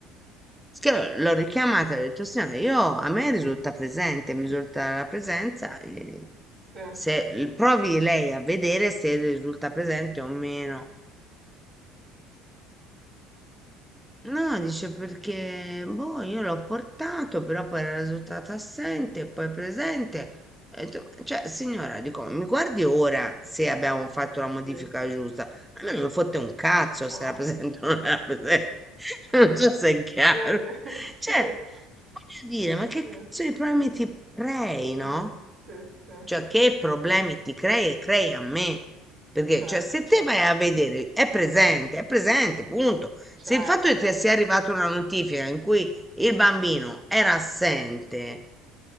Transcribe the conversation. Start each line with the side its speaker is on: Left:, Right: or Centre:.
Centre: Schia- L'ho richiamata, ho detto, signora, io, a me risulta presente, mi risulta la presenza. E
Right: sì, sì,
Centre: se provi lei a vedere se risulta presente o meno. No, dice perché, boh, io l'ho portato, però poi era risultato assente, poi presente. E ho detto, Cioè, signora, dico, mi guardi ora se abbiamo fatto la modifica
Right: sì.
Centre: giusta. A me non mi fotte un cazzo
Right: まあさ、とさ、つ、つ、sì,
Centre: se era presente o non era presente. <laughs> Non so se è chiaro.
Right: <laughs> sì,
Centre: Cioè,
Right: sì,
Centre: voglio dire, ma che
Right: sì, sì,
Centre: cazzo di problemi ti prei,
Right: sì,
Centre: no?
Right: sì, sì,
Centre: Cioè, che problemi ti crei e crei a me? Perché,
Right: certo,
Centre: cioè, se te vai a vedere, è presente, è presente, punto.
Right: certo.
Centre: Se il fatto che ti sia arrivata una notifica in cui il bambino era assente,